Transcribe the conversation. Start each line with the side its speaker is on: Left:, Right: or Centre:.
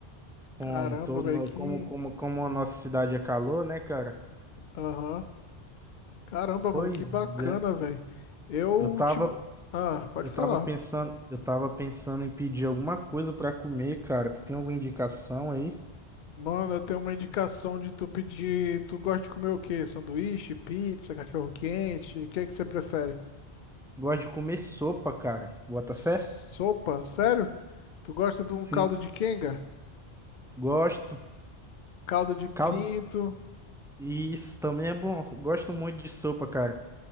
Centre: como
Left: Caramba,
Centre: todo,
Left: velho,
Centre: no-
Left: que.
Centre: como, como, como a nossa cidade é calor, né, cara?
Left: Aham. Caramba, mano,
Centre: Pois
Left: que bacana,
Centre: é.
Left: velho. Eu
Centre: Eu tava,
Left: te. Ah, pode
Centre: eu
Left: falar.
Centre: tava pensando, eu tava pensando em pedir alguma coisa pra comer, cara. Tu tem alguma indicação aí?
Left: Mano, eu tenho uma indicação de tu pedir. Tu gosta de comer o quê? Sanduíche, pizza, cachorro-quente? O que é que você prefere?
Centre: Gosto de comer sopa, cara. Bota
Left: Sopa?
Centre: fé?
Left: Sério? Tu gosta de um
Centre: Sim.
Left: caldo de quenga?
Centre: Gosto.
Left: Caldo de pinto?
Centre: Caldo. Isso também é bom. Gosto muito de sopa, cara.